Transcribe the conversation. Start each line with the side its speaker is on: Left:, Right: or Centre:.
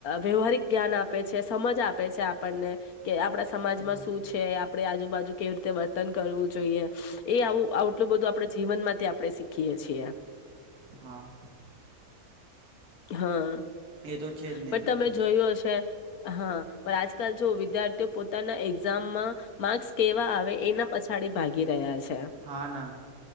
Left: વ્યવહારિક જ્ઞાન આપે છે સમજ આપે છે આપણને કે આપડા સમાજમાં
Right: હા
Left: શું છે આપડે આજુબાજુ કેવી રીતે વર્તન કરવું જોઈએ. એ આવું આટલું બધું આપડે જીવનમાં થી આપડે શીખીએ છીએ.
Right: હા.
Left: હા.
Right: એ તો છે જ ને
Left: પણ તમે જોયું હશે હા પણ આજકાલ જો વિદ્યાર્થીઓ પોતાના એક્ઝામમાં માર્ક્સ કેવા આવે એના પછાડી ભાગી રહ્યા છે
Right: હા ના